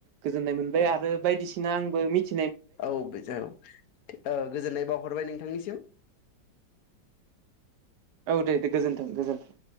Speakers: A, on the right; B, on the left.
A: गोजोननाय मोनबाय
B: औ
A: आरो बायदिसि ना आंबो मिथि
B: औ बेजो औ ओ गोजोननाय बावहरबाय नोंथांनिसिम
A: औ दे दे गोजोन्थों गोजोन्थों